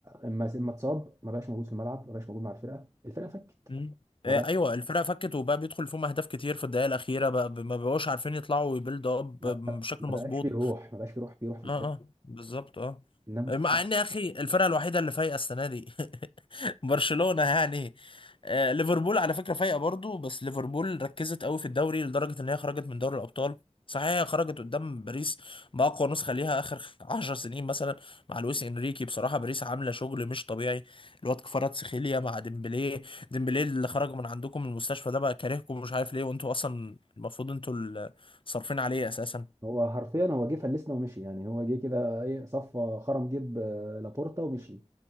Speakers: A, on the right (about 30°); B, on the left (about 45°).
A: آه، اما اما اتصاب ما بقاش موجود في الملعب ما بقاش موجود مع الفرقه الفرقه فكت
B: مم.
A: ما
B: آه،
A: بقى
B: ايوه الفرقه فكت وبقى بيدخل فيهم اهداف كتير في الدقائق الاخيره بقى ما بقوش عارفين يطلعوا ويبيلد اب
A: لا لا،
B: بشكل
A: ما
B: مظبوط
A: بقاش في روح ما بقاش في روح في روح في
B: اه
A: الفرقه
B: اه بالظبط اه
A: انما
B: مع
A: آه،
B: ان يا اخي الفرقه الوحيده اللي فايقه السنه دي <laughs> برشلونه يعني آه ليفربول على فكره فايقه برضو بس ليفربول ركزت قوي في الدوري لدرجه ان هي خرجت من دوري الابطال صحيح هي خرجت قدام باريس باقوى نسخه ليها اخر 10 سنين مثلا مع لويس انريكي بصراحه باريس عامله شغل مش طبيعي الواد كفاراتسخيليا مع ديمبلي ديمبلي اللي خرج من عندكم من المستشفى ده بقى كارهكم مش عارف ليه وانتوا اصلا المفروض انتوا اللي صارفين عليه اساسا
A: هو حرفيا هو جه فلسنا ومشي يعني هو جه كده ايه صفى خرم جيب آه، لابورتا ومشي